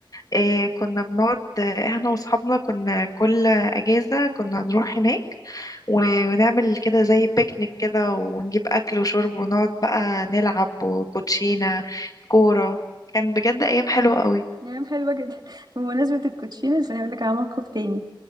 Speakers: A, on the left (about 45°); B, on the right (about 55°).
A: إيه كنا بنقعد آه، احنا واصحابنا كنا كل اجازه كنا نروح هناك و- ونعمل كده زي بيكنيك كده ونجيب اكل وشرب ونقعد بقى نلعب وكوتشينه كوره كان بجد ايام حلوه قوي
B: نعم حلوة جدا <laughs> بمناسبة الكوتشينة عشان أقول لك على موقف تاني